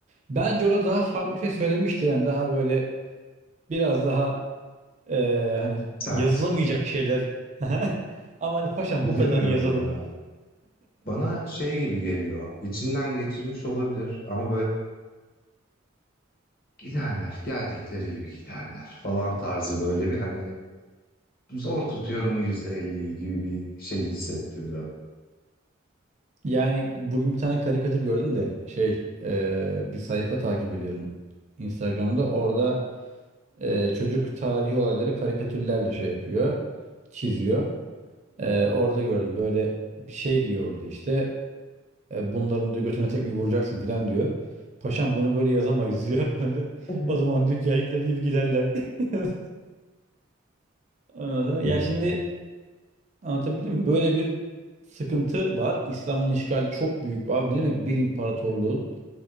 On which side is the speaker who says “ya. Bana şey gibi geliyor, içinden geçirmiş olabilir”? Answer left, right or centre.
Left